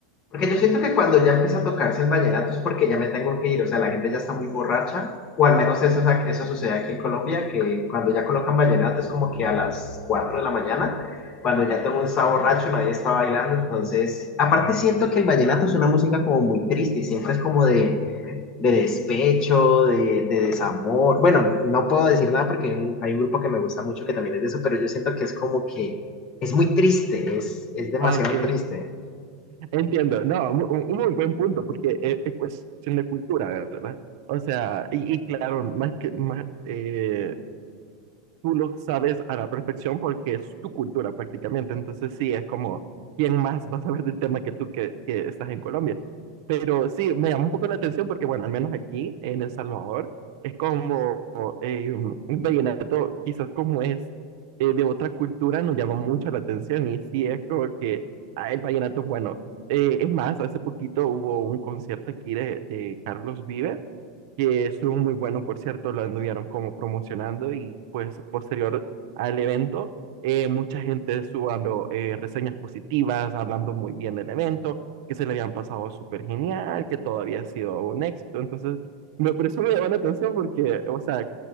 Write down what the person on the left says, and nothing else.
Porque yo siento que cuando ya empieza a tocarse el vallenato es porque ya me tengo que ir. O sea, la gente ya está muy borracha. O al menos eso, es ac- eso sucede aquí en Colombia, que cuando ya colocan vallenato es como que a las 4 de la mañana, cuando ya todo el mundo está borracho, nadie está bailando. Entonces, aparte siento que el vallenato es una música como muy triste. Siempre es como de de despecho, de, de, desamor. Bueno, no puedo decir nada porque hay un hay un grupo que me gusta mucho que también es de eso, pero yo siento que es como que es muy triste, es, es demasiado
triste.